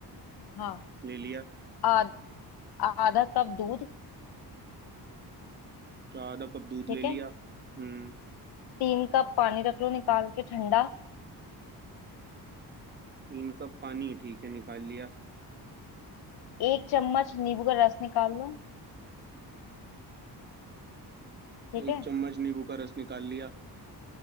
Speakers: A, on the left; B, on the right.
A: हाँ
B: ले लिया
A: आध, आधा कप दूध
B: अच्छा आधा कप दूध
A: ठीक
B: ले लिया
A: है
B: हम्म
A: तीन कप पानी रख लो निकाल के ठंडा
B: तीन कप पानी ठीक है निकाल लिया
A: एक चम्मच नींबू का रस निकाल लो ठीक
B: एक
A: है
B: चम्मच नींबू का रस निकाल लिया